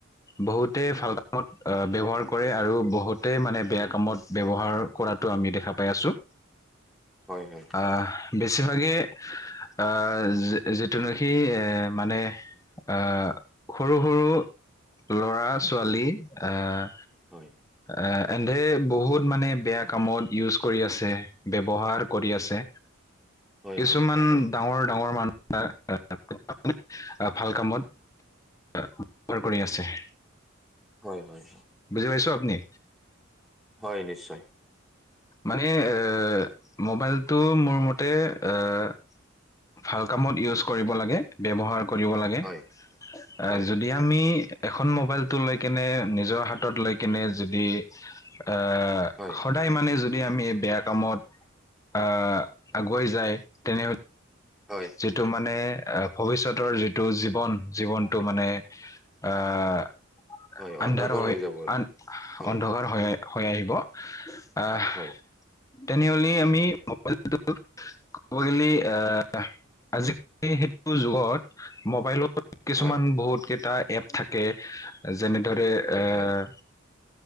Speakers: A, on the left; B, in the centre.
A: বহুতেই ভাল কামত ব্যৱহাৰ কৰে, আৰু বহুতে মানে বেয়া কামত ব্যৱহাৰ কৰাত টো আমি দেখা পাই আছোঁ‌,
B: হয় হয়
A: আহ বেছিভাগে, আ, যিটো নেকি মানে আহ, সৰু সৰু ল'ৰা-ছোৱালী, আহ
B: হয়।
A: অ', এহতে বহুত মানে বেয়া কামত ইউজ কৰি আছে, ব্যৱহাৰ কৰি আছে,
B: হয়
A: কিছুমান
B: হয় হয়
A: ডাঙৰ ডাঙৰ মানুহে <unintelligible> আপুনি অ' ভাল কামত ব্যৱহাৰ কৰি আছে। <unintelligible>
B: হয়, হয়।
A: বুজি পাইছ আপুনি?
B: হয় নিশ্চয়।
A: মানে অ' মোবাইলটো মোৰ মতে অ' ভাল কামত ইউজ কৰিব লাগে ব্যৱহাৰ কৰিব লাগে এ
B: হয় হয়
A: যদি আমি এখন মোবাইলটো লৈ কেনে নিজৰ হাতত লৈ কেনে যদি অ',
B: হয়।
A: সদায় মানে যদি আমি বেয়া কামত অ' আগুৱাই যায় তেনে
B: হয়।
A: যিটো মানে আহ ভৱিষ্যতৰ যিটো জীৱন, জীৱনটো মানে আহ,
B: হয় অন্ধকাৰ
A: আন্ধাৰ হয়
B: হৈ যাব আৰু
A: আন
B: হয়
A: অন্ধকাৰ হয় হয় আহিব আহ
B: হয়।
A: তেনেহলে আমি <unintelligible> মবাইলটো ক'ব গলে আহ আজি সেইটো যুগত মোবাইলত কিছুমান
B: হয়
A: বহুত কেইটা এপ থাকে যেনেদৰে
B: হয়
A: অ'
B: হয়